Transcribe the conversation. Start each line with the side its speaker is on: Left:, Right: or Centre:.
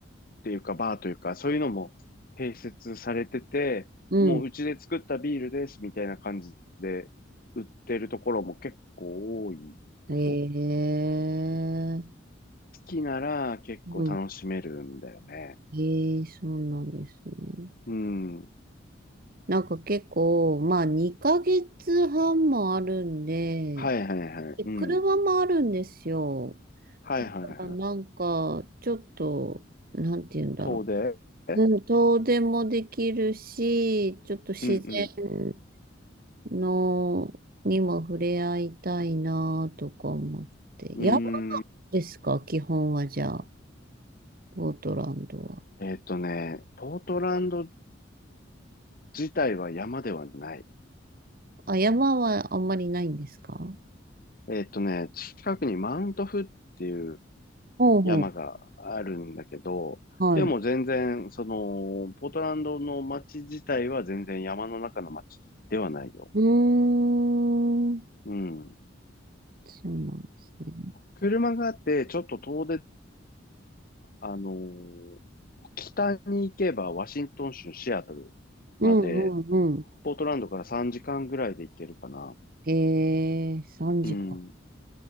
Left: ていうか、バーというか、そういうのも併設されてて、
Right: う、
Left: もううちで作ったビールですみたいな感じで売ってるところも結構多いよ。
Right: うん。へ
Left: 好
Right: え、
Left: きなら結構楽しめるんだよね。
Right: うんええ、そうなんですね。
Left: うん。
Right: なんか結構、まあ2ヶ月半もあるんで、
Left: はいはいはい。
Right: で車もあるんですよ。
Left: うん。はいはいはい。
Right: だからなんか、ちょっと、なんて言うんだろ
Left: 遠でえ
Right: う。うん、遠出もできるし、ちょっと自然
Left: うん
Right: の、にも触れ合いたいなとか思って。
Left: うん。
Right: 山
Left: うーん。
Right: ですか基本はじゃあ、ゴートランドは。
Left: えっとね、ポートランド自体は山ではない。
Right: あ、山はあんまりないんですか
Left: えっとね、近くにマウントフっていう
Right: ほうほう。
Left: 山があるんだけど、
Right: はい。
Left: でも全然、その、ポートランドの街自体は全然山の中の街ではないよ。
Right: うーん。
Left: うん。
Right: そうなんですね。
Left: 車があって、ちょっと遠出、あのー北に行けばワシントン州シアトルまで、
Right: うんうんう
Left: ポートランドから3時間ぐらいで行けるかな。
Right: ん。えー、3時か。
Left: うん。